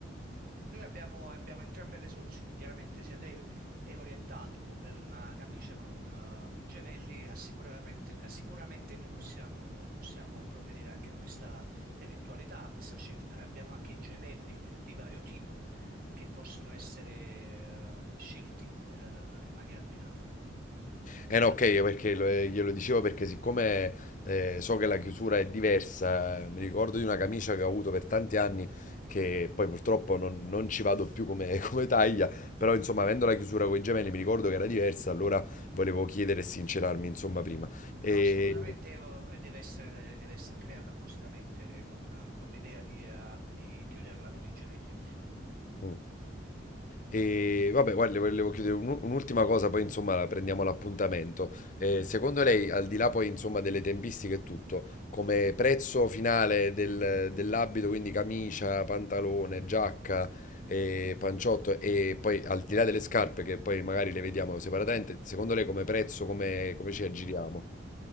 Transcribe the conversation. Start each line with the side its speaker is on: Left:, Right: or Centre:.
Right: Noi abbiamo, abbiamo entrambe le soluzioni. Chiaramente, se lei è orientato per una camicia con eh, gemelli, ha sicuramente, sicuramente noi possiamo, possiamo provvedere anche a questa eventualità, a questa scelta. Abbiamo anche i gemelli di vario tipo che possono essere eh, scelti eh, in maniera abbinata.
Left: Eh no, ok, perché lo- eh, glielo dicevo perché siccome eh, so che la chiusura è diversa, eh, mi ricordo di una camicia che ho avuto per tanti anni che poi purtroppo non, non ci vado più come, <laughs> come taglia, però insomma, avendo la chiusura con i gemelli mi ricordo che era diversa, allora volevo chiedere e sincerarmi, insomma, prima. E...
Right: No, assolutamente eh, deve essere, deve essere creata appositamente con, con l'idea di eh, di chiuderla con i gemelli.
Left: Mm. E vabbè, guarda, le volevo chiedere un- un'ultima cosa, poi insomma la prendiamo l'appuntamento. Eh, secondo lei, al di là poi insomma delle tempistiche e tutto, come prezzo finale del- dell'abito, quindi camicia, pantalone, giacca, eh, panciotto e poi al di là delle scarpe che poi magari le vediamo separatamente, secondo lei come prezzo, come, come ci aggiriamo?